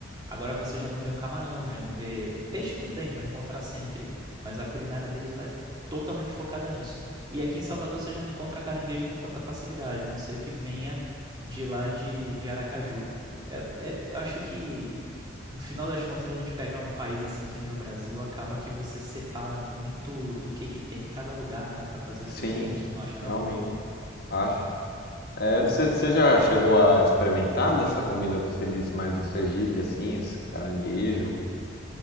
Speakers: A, on the right (about 20°); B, on the left (about 50°).
A: Agora você já não vê um camarão, já não vê peixe, tudo bem, vai encontrar sempre, mas a culinária deles lá é totalmente focada nisso. E aqui em Salvador você já não encontra caranguejo com tanta facilidade, a não ser que venha de lá de, de Aracaju. É, é, eu acho que no final das contas a gente pega um país assim que nem o Brasil, acaba que você separa muito do que que tem em cada lugar, né, Pra fazer os
B: Sim,
A: costumes, tu não acha não?
B: realmente. Acho. É, Você você já
A: É.
B: chegou a experimentar dessa comida que você disse mais do Sergipe, assim, esse caranguejo?